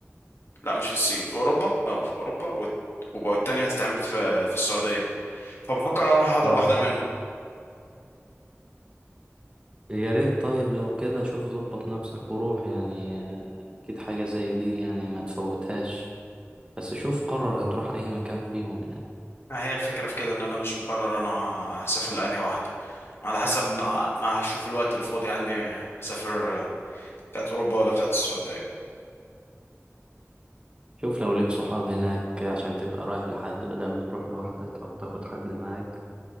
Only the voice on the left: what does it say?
لا مش في الصين في اوروبا اه في اوروبا والت- وب- والتانية هتتعمل في في السعودية فبفكر اروح احضر
واحدة منهم
ما هي الفكرة في كده ان انا مش مقرر انا هسافر لأني واحدة على حسب ما ما هشوف الوقت الفاضي عندي هسافر بتاعت اوروبا ولا بتاعت السعودية